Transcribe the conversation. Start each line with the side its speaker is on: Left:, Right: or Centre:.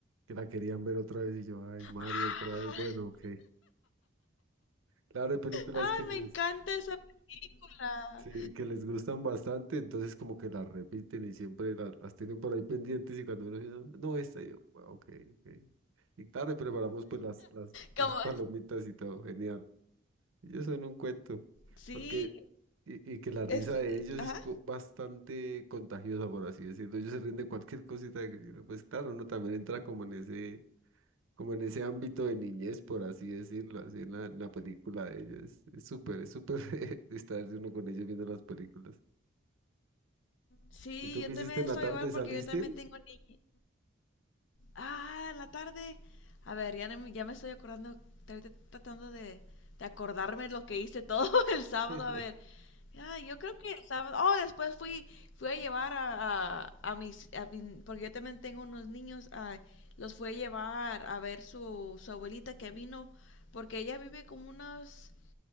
Right: que la querían ver otra vez y yo, ay, Mario
Left: así.
Right: otra vez, bueno, ok. Claro, hay películas
Left: Ay,
Right: que les...
Left: me encanta esa película.
Right: Sí, que les gustan bastante, entonces como que las repiten y siempre la- las, tienen por ahí pendientes y cuando uno dice, no, no, esta, y yo, "Ah, ok, ok. Y claro, y preparamos pues las, las, <laughs>
Left: Como,
Right: las palomitas y todo, genial. Ellos son un cuento,
Left: sí,
Right: porque, y, y que la risa
Left: es,
Right: de ellos
Left: ajá.
Right: es co- bastante contagiosa, por así decirlo. Ellos se ríen de cualquier cosita, que uno, pues claro, uno también entra como en ese, como en ese ámbito de niñez, por así decirlo, así en la, en la película de ellos. Es súper, es súper <laughs> distraerse uno con ellos viendo las películas.
Left: Sí,
Right: ¿Y tú
Left: yo
Right: qué
Left: también
Right: hiciste en
Left: estoy
Right: la tarde?
Left: igual porque
Right: ¿Saliste?
Left: yo también tengo niños. Ah, en la tarde. A ver, ya, no me- ya me estoy acordando, ahorita tratando de, de acordarme lo que hice todo <laughs> el sábado.
Right: <laughs>
Left: A ver, ah, yo creo que el sábado. Oh, después fui, fui a llevar a, a, a mis, a mi- porque yo también tengo unos niños. ah, los fui a llevar a ver su, su abuelita que vino, porque ella vive como unos